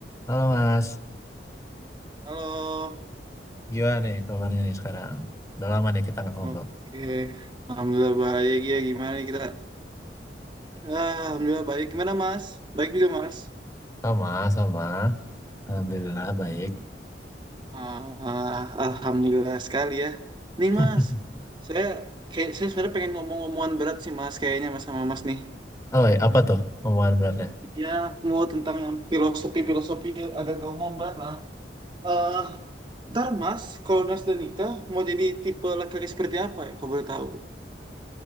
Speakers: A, on the left (about 15°); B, on the right (about 25°).
A: Halo Mas,
B: Halo,
A: gimana nih kabarnya nih sekarang? Udah lama nih kita nggak ngobrol.
B: oke. Alhamdulillah baik ya. Gimana nih kita? Ah, Alhamdulillah baik. Gimana Mas? Baik juga Mas.
A: Sama, sama. Alhamdulillah baik.
B: Ah, Alhamdulillah sekali ya. Nih
A: <laughs>
B: Mas, saya kayak saya sebenarnya pengen ngomong-ngomongan berat sih Mas. Kayaknya Mas sama Mas nih.
A: Oh, iya, apa tuh omongan beratnya?
B: Iya, semua tentang yang filosofi-filosofi agak ngomong berat lah. Eh, ntar Mas, kalau Nas dan nikah mau jadi tipe laki-laki seperti apa ya? Kau boleh tahu?